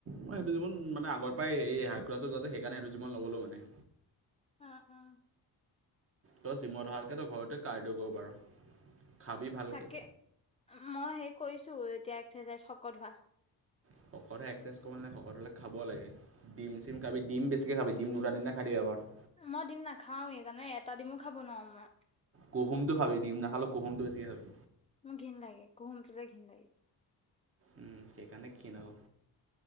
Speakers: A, on the right; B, on the left.
A: মইেইটোন মানে আগৰ পৰাই হাৰ্ ক্লাত য যে সেইকাৰণে সেইটো জিমত নগলো মানে
B: অ অ
A: তই জিমত অহাতকৈ তই ঘৰতে ক কাৰ্ডি' কৰিব পাৰ খাবি ভালকৈ
B: তাকে মই সেই কৰিছোঁ এতিয়া এক্সাৰচাইজ শকত হোৱা
A: শকতে একসাৰচাইজ কৰিব নালাগে শকত হ'লে খাব লাগে ডিম চিন খাবি দিম বেছিকৈ খাবি দুটা তিনটা খাই থাকিব পাৰ
B: মই দিম নাখাওঁ সেইকাৰণে এটা দিমো খাব নোৱাৰোঁ মই
A: কুহুমটো খবি দিম নাখালেও কুহুমটো বেছিকে খাবি।
B: মোৰ ঘিন লাগে কুহুমটো যে ঘিন লাগে।
A: উম, সেইকাৰণে খিন আকৌ।